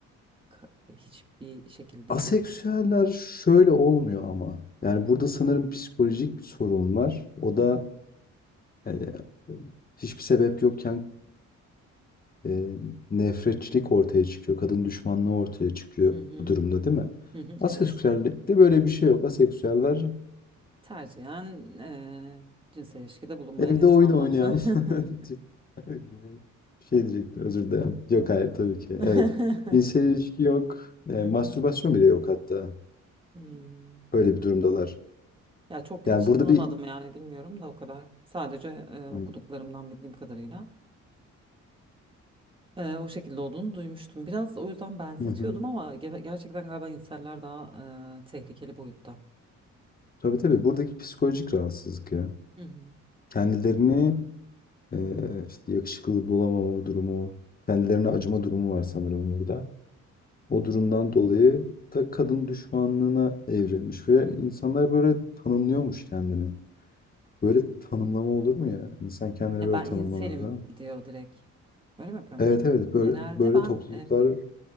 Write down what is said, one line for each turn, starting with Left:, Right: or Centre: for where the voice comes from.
Right: e, ka- hiçbir şekilde
Left: aseksüeller
Right: bir...
Left: şöyle olmuyor ama. Yani burada sanırım psikolojik bir sorun var. O
Right: Hı
Left: da
Right: hı.
Left: Yani hiçbir sebep yokken e, nefretçilik ortaya çıkıyor. Kadın düşmanlığı ortaya çıkıyor
Right: Hı hı.
Left: bu durumda değil mi?
Right: Hı hı.
Left: Aseksüellikte
Right: Evet.
Left: böyle bir şey yok. Aseksüeller
Right: Tercihen eee, cinsel ilişkide bulunmayan
Left: evde
Right: insanlar.
Left: oyun oynayan <laughs>
Right: <laughs>
Left: tip gibi bir şey diyecektim. Özür dilerim. Yok hayır tabii ki.
Right: Hı
Left: Evet. Cinsel ilişki yok. E,
Right: hı.
Left: mastürbasyon bile yok hatta.
Right: Hmm.
Left: Öyle bir durumdalar.
Right: Ya çok
Left: Yani
Right: hiç
Left: burada
Right: tanımadım
Left: bir...
Right: yani bilmiyorum da o kadar. Sadece e, okuduklarımdan
Left: Hı
Right: bildiğim kadarıyla e, o şekilde olduğunu duymuştum. Biraz o yüzden benzetiyordum
Left: hı.
Right: ama ge- gerçekten galiba inseller daha e, tehlikeli boyutta.
Left: Tabii tabii. Buradaki psikolojik rahatsızlık ya.
Right: Hı hı.
Left: Kendilerini Ee, işte yakışıklı bulamama durumu, kendilerine acıma durumu var sanırım burada. O durumdan dolayı da kadın düşmanlığına evrilmiş ve insanlar böyle tanımlıyormuş kendini. Böyle tanımlama olur mu ya? İnsan kendini
Right: Ya
Left: böyle
Right: ben
Left: tanımlamaya
Right: inselim
Left: ben.
Right: diyor direkt. Öyle mi yapıyormuş?
Left: Evet evet böyle
Right: Genelde
Left: böyle
Right: ben
Left: topluluklar.